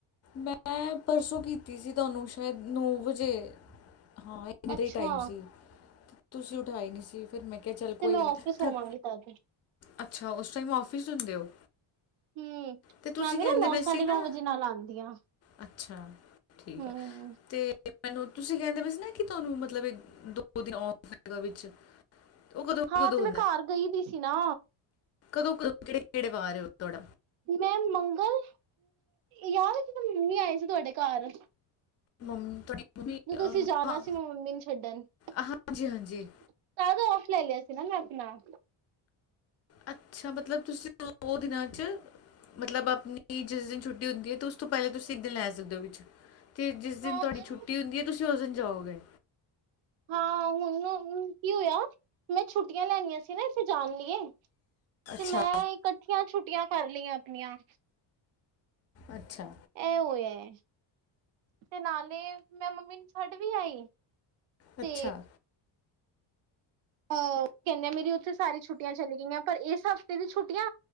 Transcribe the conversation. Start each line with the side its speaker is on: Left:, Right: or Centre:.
Left: ਮੈਂ ਪਰਸੋਂ ਕੀਤੀ ਸੀ ਤੁਹਾਨੂੰ ਸ਼ਾਇਦ ਨੌਂ ਵਜੇ। ਹਾਂ ਇੰਨੇ
Right: ਅੱਛਾ
Left: ਦਾ ਹੀ ਟਾਈਮ ਸੀ। ਤੁਸੀਂ ਉਠਾਈ ਨੀ ਸੀ ਫੇਰ ਮੈਂ ਕਿਹਾ ਚੱਲ
Right: ਤੇ
Left: ਕੋਈ
Right: ਮੈਂ
Left: ਗੱਲ ਨੀ
Right: ਆਫਿਸ
Left: ਥੱਕ
Right: ਹੋਵਾਂਗੀ ਤਦ
Left: ਅੱਛਾ ਉਸ ਟਾਈਮ ਆਫਿਸ ਹੁੰਦੇ ਹੋ।
Right: ਹਮ
Left: ਤੇ ਤੁਸੀਂ
Right: ਮੈਂ ਵੀ
Left: ਕੇਂਦੇ
Right: ਨਾ ਨੌ
Left: ਪੈ ਸੀ
Right: ਸਾਢੇ
Left: ਨਾ
Right: ਨੌ ਵਜੇ ਨਾਲ ਆਉਂਦੀ ਹਾਂ
Left: ਅੱਛਾ ਠੀਕ
Right: ਹਮ
Left: ਹੈ ਤੇ ਮੈਨੂੰ ਤੁਸੀਂ ਕੇਂਦੇ ਪਏ ਸੀ ਨਾ ਕਿ ਤੁਹਾਨੂੰ ਮਤਲਬ ਦੋ ਦਿਨ ਔਫ ਹੈਗਾ ਵਿੱਚ। ਉਹ ਕਦੋਂ
Right: ਹਾਂ
Left: ਕਦੋਂ
Right: ਤੇ ਮੈਂ ਕਾਰ ਗਈ ਦੀ ਸੀ ਨਾ।
Left: ਕਦੋਂ-ਕਦੋਂ ਕ ਕੇੜੇ-ਕੇੜੇ ਵਾਰ ਏ <unintelligible> ਤੁਹਾਡਾ।
Right: ਮੈਂ ਮੰਗਲ ਯਾਦ ਏ ਮੰਮੀ ਆਏ ਸੀ ਤੁਹਾਡੇ ਕਾਰ।
Left: ਮੰਮ ਤੁਹਾਡੀ ਮੰਮੀ
Right: ਜਦੋਂ
Left: ਅਹ,
Right: ਅਸੀਂ ਜਾਨਾ
Left: ਹਾਂ
Right: ਸੀ ਮੈਂ ਮੰਮੀ ਨੂੰ ਛੱਡਨ। ਤਾਂ
Left: ਅਹ, ਹਾਂਜੀ ਹਾਂਜੀ
Right: ਦਾ ਓਫ ਲਲ ਲਿਆ ਸੀ ਨਾ ਮੈਂ ਆਪਨਾ।
Left: ਅੱਛਾ ਮਤਲਬ ਤੁਸੀਂ ਓ ਦਿਨਾਂ ਚ ਮਤਲਬ ਆਪਣੀ ਜਿਸ ਦਿਨ ਛੁੱਟੀ ਹੁੰਦੀ ਏ ਤੇ ਉਸ ਤੋਂ ਪਹਿਲੇ ਤੁਸੀਂ ਇੱਕ ਦਿਨ ਲੈ ਸਕਦੇ ਹੋ ਵਿੱਚ। ਤੇ ਜਿਸ ਦਿਨ
Right: ਹਾਂ
Left: ਤੁਹਾਡੀ
Right: ਅਰੇ
Left: ਛੁੱਟੀ ਹੁੰਦੀ ਏ ਤੁਸੀਂ ਉਸ ਦਿਨ ਜਾਓਗੇ।
Right: ਹਾਂ ਹੁਨ ਕੀ ਹੋਇਆ ਮੈਂ ਛੁੱਟੀਆਂ ਲੈਣੀਆਂ ਸੀ ਨਾ ਇੱਥੇ ਜਾਨ ਲਈਏ।
Left: ਅੱਛਾ
Right: ਤੇ ਮੈਂ ਇਕੱਠੀਆਂ ਛੁੱਟੀਆਂ ਕਰ ਲਈਆਂ ਆਪਣੀਆਂ।
Left: ਅੱਛਾ।
Right: ਐ ਹੋਆ ਐ। ਤੇ ਨਾਲੇ ਮੈਂ ਮੰਮੀ ਨੂੰ ਛੱਡ ਵੀ ਆਈ ਤੇ
Left: ਅੱਛਾ
Right: ਅਹ ਕਹਿੰਦੇ ਮੇਰੀ ਉੱਥੇ ਸਾਰੀ ਛੁੱਟੀਆਂ ਚਲੀ ਗਈ ਮੈਂ ਪਰ ਏਸ ਹਫ਼ਤੇ ਦੀ ਛੁੱਟੀਆਂ